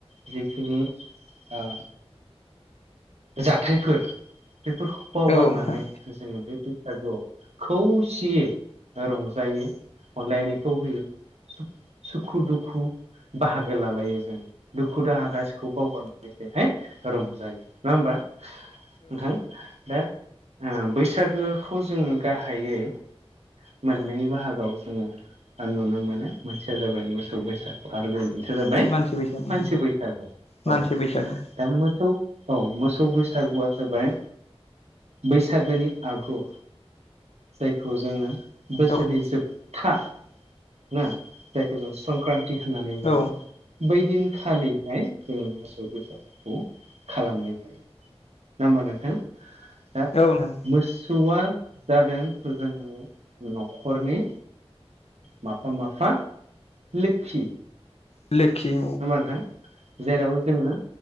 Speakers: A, on the right; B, on the left.
A: जिखिनि ओ जाथायफोर बेफोरखौ बावगारनानै
B: औ नोंथां
A: जोंङो बे बैसागुआव खौसेयै रंजायो। अनलायनायखौ होयो सुखु दुखु बाहागो लालायो जों दुखु दाहा गासिखौबो बावगारनानै बेहाय रंजायो। नङा होमबा नोंथां? दा बैसागोखौ जोंङो गाहायै मोननै बाहागआव जोंङो नुनो मोनो मोनसेया जाबाय मोसौव बैसाद आरोबाव मोनसे जाबाय
B: मानसि बैसागु
A: मानसि बैसागु
B: मानसि
A: औ
B: बैसागु
A: दा मोसौ औ मोसौ बैसागुआ जाबाय बैसागोनि आगु जायखौ जोंङो बोसोरनि
B: औ
A: जोबथा ना जायखौ जों संक्रान्ति होननानै बुंङो
B: औ
A: बै दिनखालिहाय जोंङो मोसौव बैसागुखौ खालामनाय जायो नंङा होमबा नोंथां दा
B: औ नोंथां
A: मोसौआ जादों जोंनि न'खरनि माफा माफा लोखि।
B: लेखि
A: नंङा होनबा नोंथां? जेराव जोङो